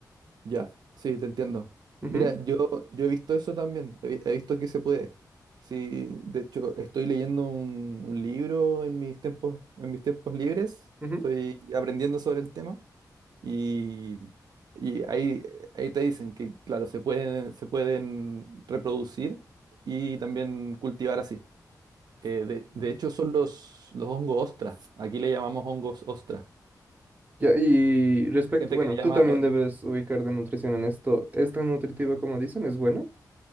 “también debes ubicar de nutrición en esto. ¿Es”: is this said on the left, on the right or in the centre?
Right